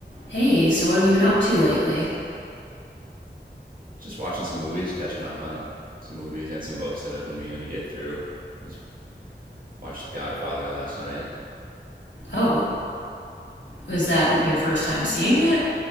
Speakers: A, on the left (about 85°); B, on the right (about 50°).
A: Hey, so what have you been up to lately?
B: just watching some movies, catching up on some movies and some books that I've been meaning to get through. Just watched The Godfather last night.
A: Oh, was that your first time seeing it?